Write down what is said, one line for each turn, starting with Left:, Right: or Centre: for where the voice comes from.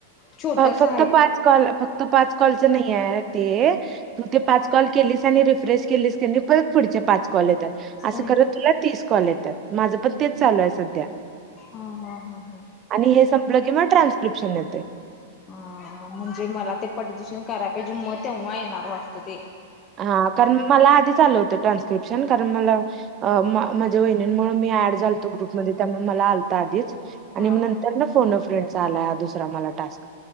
Left: छोटस
Right: फक्त
Left: आहे
Right: पाच कॉल फक्त पाच कॉल <unintelligible> तू ते पाच कॉल केलेस आणि रिफ्रेश केलीसकनी परत पुढचे पाच कॉल येतात असं
Left: आहे
Right: करत
Left: का
Right: तुला तीस कॉल येतात माझं पण तेच चालू आहे सध्या
Left: हा हा हा हा
Right: आणि हे स <unintelligible> की मग ट्रान्स्क्रिप्शन येते
Left: ह म्हणजे मला ते पटदिशन करायला पाहिजे मग तेव्हा येणार वाटतं ते
Right: हा कारण मला आधीच आलं होतं ट्रान्स्क्रिप्शन कारण मला माझ्या वहिनींमुळे मी ॲड झालतो ग्रुप मध्ये त्यामुळे मला आलंत आधीच आणि
Left: हा हा
Right: नंतर ना फोनफ्रेंड आलाय हा दुसरा मला टास्क